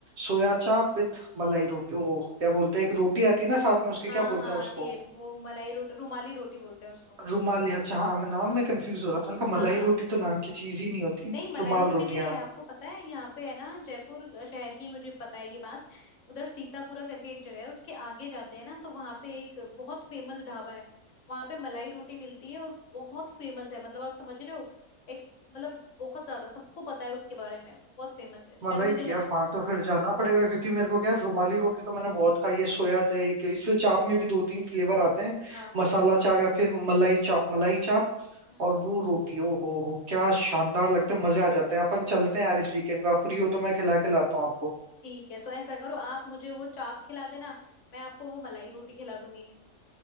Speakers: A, on the right; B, on the left.
A: सोया चाप विथ मलाई रोटी वो क्या बोलते हैं एक रोटी आती है ना साथ में उसके
B: हाँ
A: क्या बोलते
B: हाँ
A: हैं उसको
B: आती है वो मलाई रोटी रुमाली रोटी बोलते हैं उसको
A: रुमाल या अच्छा हाँ मैं नाम में कंफ्यूज हो रहा था उनका
B: हाँ
A: मलाई रोटी तो नाम की चीज ही नहीं होती
B: नहीं मलाई
A: रुमाल
B: रोटी
A: रोटी
B: भी
A: हाँ
B: है आपको पता है यहाँ पे है ना जयपुर शहर की मुझे पता है ये बात उधर सीतापुरा करके एक जगह है उसके आगे जाते हैं ना तो वहाँ पे एक बहुत फेमस ढाबा है वहाँ पे मलाई रोटी मिलती है और बहुत फेमस है मतलब आप समझ रहे हो एक्स मतलब बहुत ज्यादा सबको पता है उसके बारे में वो बहुत फेमस है
A: मलाई
B: शायद मुझे लग
A: यार वहां तो फिर जाना पड़ेगा क्योंकि मेरे को क्या है, रुमाली रोटी तो मैंने बहुत खाई है सोया एक- इसमें चाप में भी दो तीन फ्लेवर आते हैं
B: हाँ
A: मसाला चाप या फिर मलाई चाप मलाई चाप
B: हम्म
A: और वो रोटी ओ हो हो क्या शानदार लगते हैं मजे आ जाते हैं अपन चलते हैं यार इस वीकेंड का फ्री हो तो मैं खिला के लाता हूँ आपको
B: ठीक है तो ऐसा करो आप मुझे वो चाप खिला देना मैं आपको वो मलाई रोटी खिला दूंगी